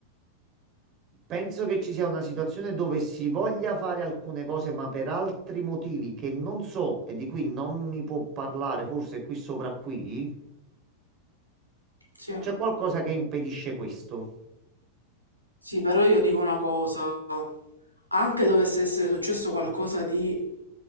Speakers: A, on the right; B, on the right.
A: Penso che ci sia una situazione dove si voglia fare alcune cose, ma per altri motivi che non so e di cui non mi può parlare, forse qui sopra qui,
B: Sì.
A: c'è qualcosa che impedisce questo.
B: Sì, però io dico una cosa. Anche dovesse essere successo qualcosa di,